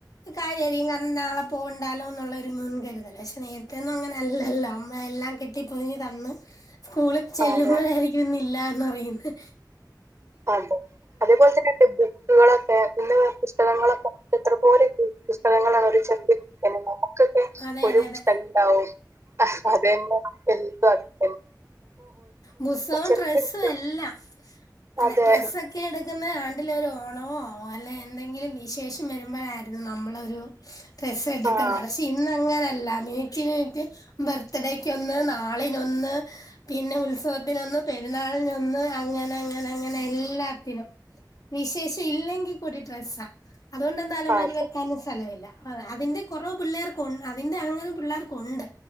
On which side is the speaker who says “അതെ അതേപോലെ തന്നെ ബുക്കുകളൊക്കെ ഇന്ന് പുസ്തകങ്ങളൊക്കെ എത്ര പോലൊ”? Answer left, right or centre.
Right